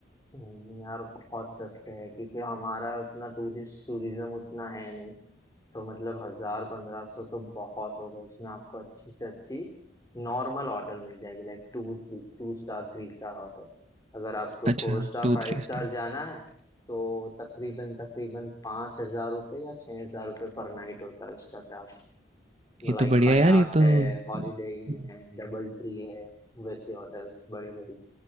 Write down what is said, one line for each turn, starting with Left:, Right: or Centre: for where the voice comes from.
Left: नहीं यार बहुत सस्ते हैं क्योंकि हमारा उतना टूरिस्ट टूरिज्म उतना है नहीं तो मतलब हजार पंद्रह सौ तो बहुत होगा इसमें आपको अच्छी से अच्छी नॉर्मल होटल मिल जाएगी like two three two star three star hotel अगर आपको
Right: अच्छा
Left: फोर स्टार
Right: टू
Left: फाइव
Right: थ्री
Left: स्टार
Right: स्टार
Left: जाना है तो तकरीबन तकरीबन पाँच हजार रुपये या छः हजार रुपये पर नाइट होता है उसका चार्ज
Right: ये
Left: लाइक
Right: तो बढ़िया
Left: हयात
Right: यार ये तो
Left: है
Right: हम्म,
Left: हॉलीडे इन है डबल ट्री है वैसी होटल्स बड़ी बड़ी